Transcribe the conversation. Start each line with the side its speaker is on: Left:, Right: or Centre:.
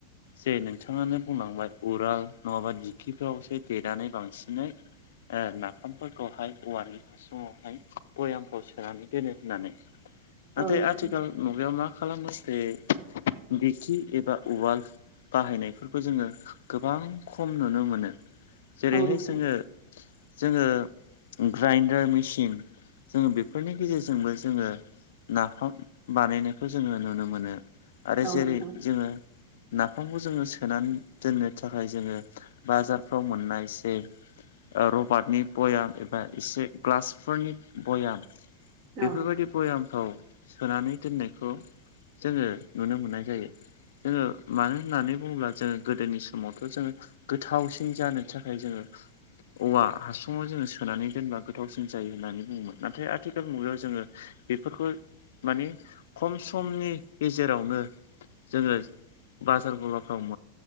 Left: जे नोंथांङानो बुंलांबाय उआल नंङाबा दिखिफ्रावसो देनानै बांसिनै ओ नाफामफोरखौहाय औवानि हासुंआवहाय बयामफाव सोनानै दोनो होननानै नाथाय
Right: नोंथां
Left: आथिखाल मुगायाव मा खालामो से बिखि एबा उआल बाहायनायफोरखौ जोंङो गोबां खम नुनो मोनो जेरैहाय
Right: औ नोंथां
Left: जोंङो
Right: औ नोंथां
Left: जोंङो ग्रेइन्डार मेसिन जोंङो बेफोरनि गेजेरजोंबो जोंङो नाफाम बानायनायखौ जोंङो नुनो मोनो आरो
Right: औ
Left: जेरै
Right: नोंथां
Left: जोंङो नाफामखौ जोंङो सोनानै दोननो थाखाय जोंङो बाजारफ्राव मोननाय जे रबारटनि बयाम एबा एसे ग्लासफोरनि बयाम
Right: औ
Left: बेफोरबायदि भयामफ्राव सोनानै दोननायखौ जोंङो नुनो मोननाय जायो। जोंङो मानो होननानै बुंङोब्ला जोंङो गोदोनि सम समावथ' जोंङो गोथावसिन जानो थाखाय जोंङो औवा हासुंङाव जोंङो सोनानै दोनबा गोथावसिन जायो होननानै बुंङोमोन नाथाय आथिखाल मुगायाव जोंङो बेफोरखौ माने खम समनि गेजेरावनो। जोंङो बाजार गलाफ्राव